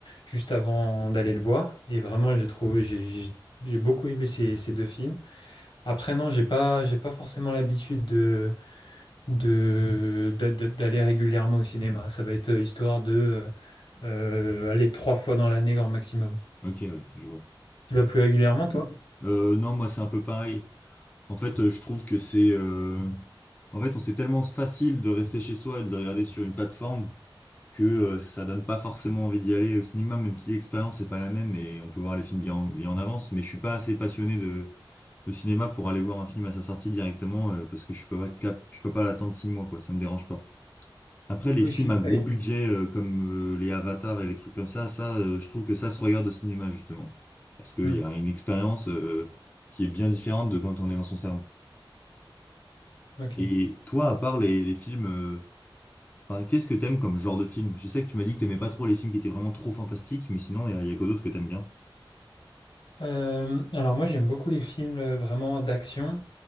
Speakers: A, on the left; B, on the left.
A: juste avant d'aller le voir. Et vraiment, j'ai trouvé, j'ai j'ai- j'ai beaucoup aimé ces, ces deux films. Après, non, j'ai pas, j'ai pas forcément l'habitude de, de, d'a- d'a- d'aller régulièrement au cinéma. Ça va être euh, histoire de euh, euh, aller trois fois dans l'année, grand maximum.
B: Ok, ouais, je vois.
A: Tu vas plus régulièrement, toi?
B: Euh, non, moi c'est un peu pareil. En fait, euh, je trouve que c'est... euh, En fait, on c'est tellement facile de rester chez soi et de regarder sur une plateforme que euh, ça donne pas forcément envie d'y aller au cinéma, même si l'expérience n'est pas la même et on peut voir les films bien en, bien en avance. Mais je suis pas assez passionné de, de cinéma pour aller voir un film à sa sortie directement euh, parce que je peux pas cap... je peux pas l'attendre six mois, quoi. Ça me dérange pas. Après, les
A: Oui,
B: films
A: je suis.
B: à gros
A: Eh.
B: budget euh, comme euh, les Avatars et les trucs comme ça, ça, euh, je trouve que ça se regarde au cinéma justement, parce qu'il
A: Hmm,
B: y a une expérience euh, qui est bien différente de quand on est dans son salon.
A: ok.
B: Et toi, à part les, les films, euh, enfin, qu'est-ce que t'aimes comme genre de film? Je sais que tu m'as dit que t'aimais pas trop les films qui étaient vraiment trop fantastiques, mais sinon, il y, a y a que d'autres que t'aimes bien.
A: Euh, alors moi j'aime beaucoup les films euh, vraiment d'action.